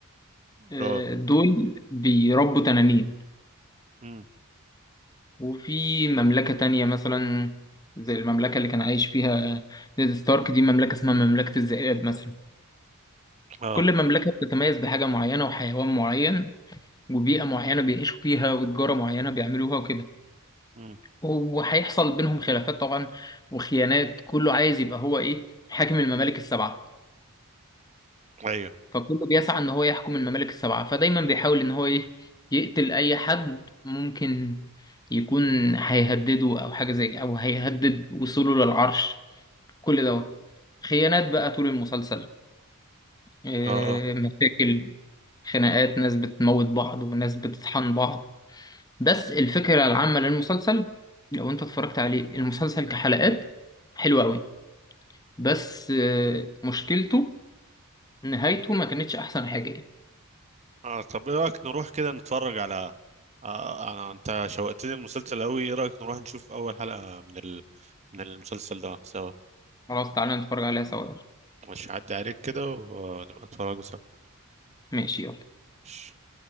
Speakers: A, on the left; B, on the right.
A: آه،
B: اه
A: دول بيربوا تنانين
B: امم
A: وفي مملكة تانية مثلا زي المملكة اللي كان عايش فيها نيد ستارك دي مملكة اسمها مملكة الذئاب مثلا
B: اه
A: كل مملكة بتتميز بحاجة معينة وحيوان معين وبيئة معينة بيعيشوا فيها وتجارة معينة بيعملوها وكده
B: امم
A: وهيحصل بينهم خلافات طبعا وخيانات كله عايز يبقى هو ايه حاكم الممالك السبعة
B: ايوه
A: فكله بيسعى ان هو يحكم الممالك السبعة فدايما بيحاول ان هو ايه يقتل اي حد ممكن يكون هيهدده او حاجة زي او هيهدد وصوله للعرش كل دوت خيانات بقى طول المسلسل إيه،
B: اه اه
A: مشاكل خناقات ناس بتموت بعض وناس بتطحن بعض بس الفكرة العامة للمسلسل لو انت اتفرجت عليه المسلسل كحلقات حلو قوي بس آه، مشكلته نهايته ما كانتش احسن حاجة يعني
B: اه طب ايه رايك نروح كده نتفرج على آه انا انت شوقتني المسلسل قوي ايه رايك نروح نشوف اول حلقه من ال... من المسلسل ده سوا
A: خلاص تعالى نتفرج عليها سوا يلا.
B: مش هعدي عليك كده ونبقى نتفرجوا
A: ماشي يلا
B: سوا